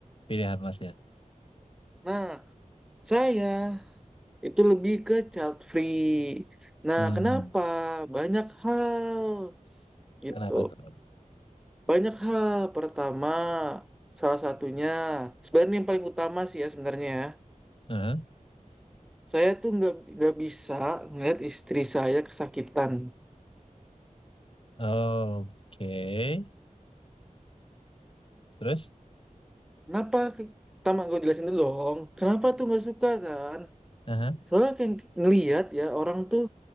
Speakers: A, on the left (about 40°); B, in the centre.
A: pilihan Masnya?
B: Nah, saya Itu lebih ke child free. Nah,
A: Hmm,
B: kenapa? Banyak hal gitu.
A: kenapa tuh?
B: Banyak hal. Pertama, salah satunya, sebenarnya yang paling utama sih ya sebenarnya ya.
A: Heeh.
B: Saya tuh nggak nggak bisa ngeliat istri saya kesakitan.
A: Oke. Terus?
B: Kenapa? Pertama, gue jelasin dulu dong. Kenapa tuh nggak suka kan?
A: Heeh.
B: Soalnya kayak ngeliat ya orang tuh